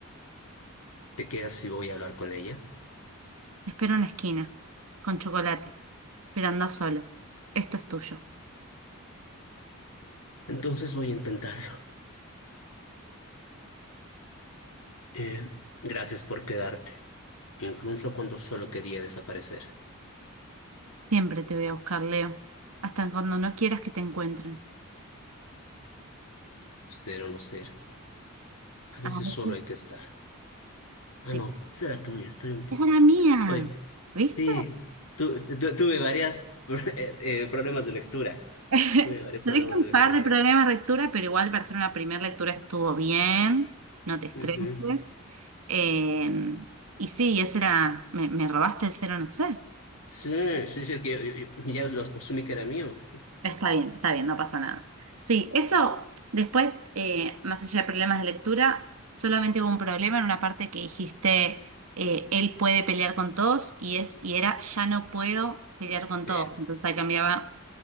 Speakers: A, on the left (about 80°); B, on the right (about 85°).
A: ¿Te quedas si voy a hablar con ella?
B: Te espero en la esquina. Con chocolate. pero anda solo. Esto es tuyo.
A: Entonces voy a intentarlo. Eh, gracias por quedarte, incluso cuando solo quería desaparecer.
B: Siempre te voy a buscar, Leo. Hasta cuando no quieras que te encuentren.
A: Ser o no ser, a veces
B: A veces,
A: solo hay que estar.
B: sí.
A: Ah, no, esa era tuya, estoy un poco.
B: Esa era mía.
A: Oye, sí,
B: ¿Viste?
A: tu- tu- tuve varias <laughs> eh, eh, problemas de lectura.
B: <laughs>
A: Tuve varios
B: tuviste
A: problemas
B: un
A: de lectura.
B: par de problemas de lectura, pero igual para hacer una primera lectura estuvo bien. No te estreses.
A: Ujú.
B: Eh, y sí, ese era. Me, me robaste el cero no sé.
A: Sí, sí, sí, es que yo- yo- ya los asumí que era mío.
B: Está bien, está bien, no pasa nada. Sí, eso, después, eh, más allá de problemas de lectura, solamente hubo un problema en una parte que dijiste, eh, él puede pelear con todos y es, y era, ya no puedo pelear con
A: Sí.
B: todos. Entonces ahí cambiaba,